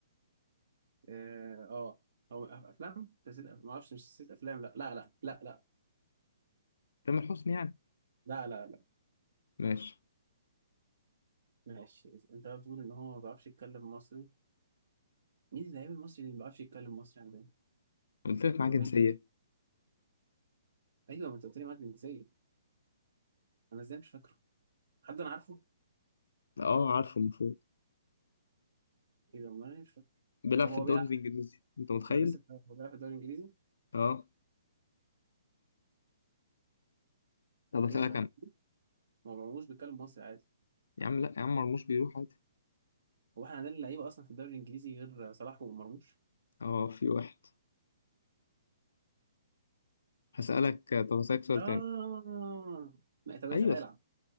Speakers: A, on the right; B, on the left.
A: اه آه. هو أف- افلام؟ نسيت أف- ما اعرفش مش نسيت افلام لا لا لا لا لا
B: تامر حسني يعني
A: لا لا لا
B: ماشي
A: ماشي انت بقى بتقول ان هو ما بيعرفش يتكلم مصري مين اللعيب المصري اللي ما بيعرفش يتكلم مصري عندنا؟
B: قلت لك معاه
A: طب
B: جنسية
A: ايه ايوه ما انت قلت لي معاك جنسيه انا ازاي مش فاكره؟ حد انا عارفه؟
B: اه عارفه المفروض
A: ايه ده؟ ما أنا مش
B: بيلعب
A: ده
B: في
A: هو
B: الدوري
A: بيلعب
B: الانجليزي انت متخيل
A: ما أنا لسه بتاع- هو بيلعب في الدوري الانجليزي
B: اه طب اسالك
A: ايه ده هو
B: انا
A: ما مرموش بيتكلم مصري عادي
B: يا عم لا يا عم مرموش بيروح عادي
A: هو احنا عندنا لعيبه اصلا في الدوري الانجليزي غير صلاح ومرموش
B: اه في واحد هسالك طب هسالك سؤال
A: اه
B: تاني
A: لا طب اسال
B: ايوه
A: العب